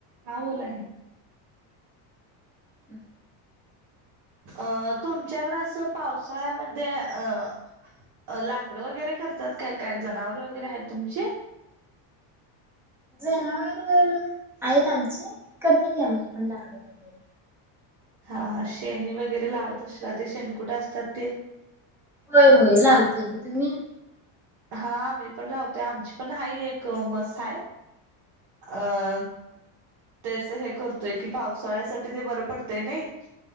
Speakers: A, on the right; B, in the centre.
A: हा बोला ना
B: हम्.
A: अह तुमच्याकडे असं पावसाळ्यामध्ये अह अह लाकडं वगैरे करतात काय, काय जनावर वगैरे आहेत तुमचे
B: जनावर आहेत आमची <unintelligible> आम्ही पण लाकड वगैरे
A: हा हा शेणी वगैरे लावत असला ते शेणकुठ असतात ते
B: होय होय लावते की तुम्ही
A: हा मी पण लावते आमची पण हाय एक म्हस हाय अह त्याच हे करतोय की पावसाळ्यासाठी ते बरं पडतंय नाही